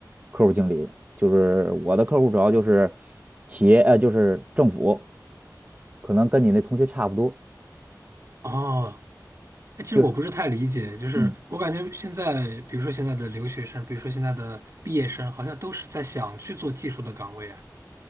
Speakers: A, on the right; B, on the right.
A: 客户经理，就是我的客户主要就是企业，呃，就是政府，可能跟你那同学差不多，
B: 哦，哎，其实我不是太理解，
A: 就是。
B: 就是我感觉现在，
A: 嗯。
B: 比如说现在的留学生，比如说现在的毕业生，好像都是在想去做技术的岗位啊。